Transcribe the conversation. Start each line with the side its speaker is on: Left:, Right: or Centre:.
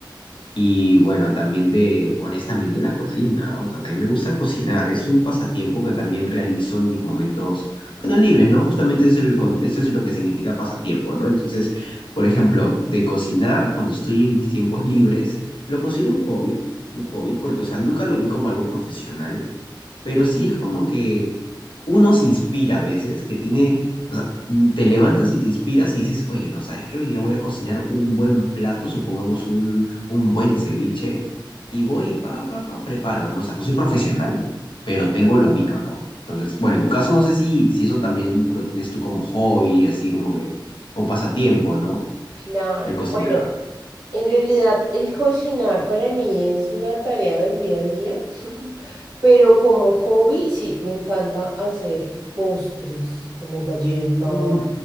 Left: Y bueno, también de, honestamente, la cocina. ¿no? O sea, también me gusta cocinar. Es un pasatiempo que también realizo en mis momentos, bueno, libres, ¿no? Justamente eso es el, con- eso es lo que significa pasatiempo, ¿no? Entonces, por ejemplo, de cocinar, cuando estoy en mis tiempos libres, lo considero un hobby, un hobby, porque, o sea, nunca lo vi como algo profesional, pero sí es como que uno se inspira a veces, que tiene, o sea, mm, te levantas y te inspiras y dices, oye, no, ¿sabes qué? Hoy día voy a cocinar un buen plato, supongamos un, un buen ceviche, y voy, pa, pa, pa, preparo, ¿no? O sea, no soy profesional, pero tengo lo mío, ¿no? Entonces, bueno, en tu caso no sé si, si eso también lo tienes tú como hobby, así como que, o pasatiempo, ¿no?
Right: Claro,
Left: El cocinar.
Right: bueno. En realidad, el cocinar para mí es una tarea del día a día, <laughs> pero como hobby sí, me encanta hacer postres, como galletas,
Left: Mm,